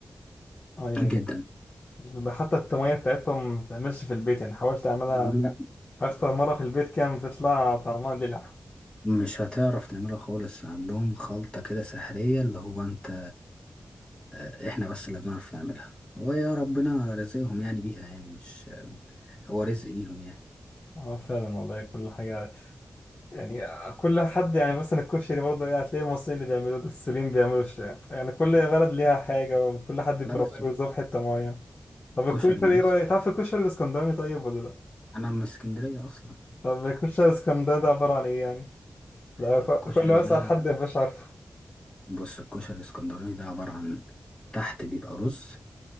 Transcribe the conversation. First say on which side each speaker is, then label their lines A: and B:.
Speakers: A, on the left; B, on the left.
A: أيوة
B: جدا
A: حتى التومية بتاعتهم ما بتتعملش في البيت يعني حاولت أعملها
B: لا
A: أكتر مرة في البيت كان بتطلع طعمها دلع
B: مش هتعرف تعملها خالص عندهم خلطة كده سحرية اللي هو انت آه، احنا بس اللي بنعرف نعملها هو يا ربنا رزقهم يعني بيها يعني مش آه، هو رزق ليهم يعني
A: آه، فعلا والله كل حاجة يعني آه، كل حد يعني مثلا الكشري برضه يعني هتلاقي المصريين اللي بيعملوه ده السوريين بيعملوا الشام يعني كل بلد ليها حاجة وكل حد بيربيه
B: لا بس
A: ويزوف حتة معينة طب
B: الكشري
A: الكشري
B: موسى
A: إيه رأيك؟ تعرف الكشري الإسكندراني طيب ولا لأ؟
B: انا من اسكندرية اصلا
A: طب الكشري الإسكندراني ده عبارة عن إيه يعني؟ لا
B: فالكشري
A: ك- كل ما
B: <laughs> ده
A: أسأل حد مبقاش عارفه
B: بص الكشري الاسكندراني ده عبارة عن تحت بيبقى رز